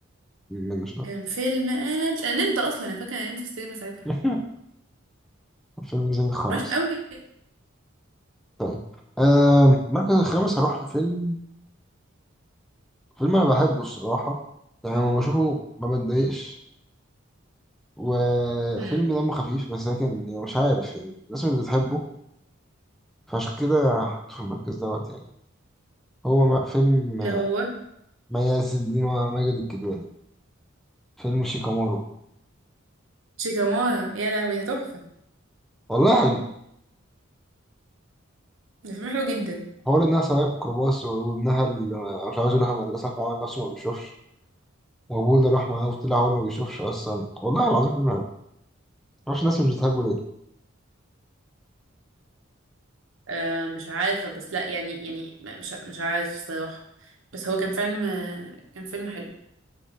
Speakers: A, in the centre; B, on the right.
A: من مش فاكر.
B: كان فيلم قال انا نمت اصلا انا فاكره انا نمت في السينما ساعتها
A: <laughs> فيلم زي الخرس
B: وحش قوي
A: طيب آه المركز الخامس هروح لفيلم فيلم انا بحبه الصراحه يعني لما بشوفه ما بتضايقش وفيلم
B: امم
A: دمه خفيف بس لكن يعني مش عارف يعني الناس مش بتحبه فعشان كده هحطه في المركز دوت يعني هو ما- فيلم
B: اللي هو
A: ما يعز الدين وماجد الكدواني فيلم شيكامارو
B: شيكامارا يا لهوي ده تحفه
A: والله حلو
B: ده فيلم حلو جدا
A: حوار انها سواقة ميكروباص وابنها اللي مش عاوز يروح المدرسه فعمل نفسه ما بيشوفش وابوه اللي راح معاه وطلع هو اللي ما بيشوفش اصلا والله العظيم فيلم حلو معرفش الناس مش بتحبه ليه
B: آه، مش عارفة بس لا يعني يعني م- مش مش عارف الصراحة بس هو كان فيلم آه، كان فيلم حلو